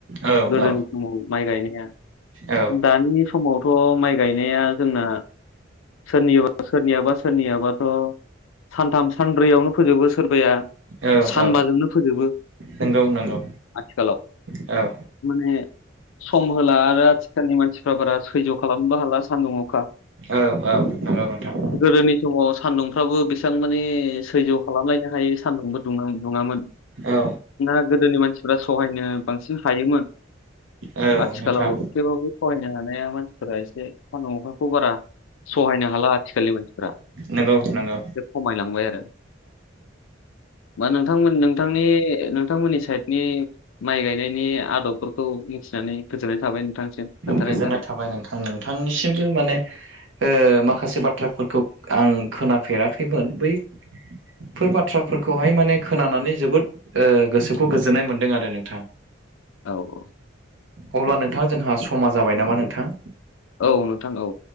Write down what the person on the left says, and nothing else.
गोदोनि
समाव माइ गायनाया
दानि समाव थ' माइ गायनाया जोंना सोरनि सोरनियाबा सोरनियाबाथ' सानथाम सानब्रैयावनो फोजोबो सोरबाया
सानबाजोंनो
फोजोबो
आथिखालाव
माने सम होला आरो आथिखालनि मानसिफ्रा बारा सैज्य' खालामनोबो हाला सानदुं अखा।
गोदोनि समाव सान्दुंफ्राबो बेसां माने सैज्य' खालामलायनो हायै सान्दुंबो दुङो दुङामोन।
ना गोदोनि मानसिफ्रा सहायनो बांसिन हायोमोन।
आथिखालाव
थेबाबो सहायनो हानाया मानसिफोरा एसे सान्दुं अखाखौ बारा सहायनो हाला आथिखालनि मानसिफोरा।
<inaudible> खमायलांबाय आरो। मा नोंथांमोन नोंथांनि नोंथांमोननि साइडनि माइ गायनायनि आदबफोरखौ खौ मिथिनानै गोजोननाय थाबाय नोंथांसिम। खोन्थानायनि
थाखाय
औ
औ नोंथां औ।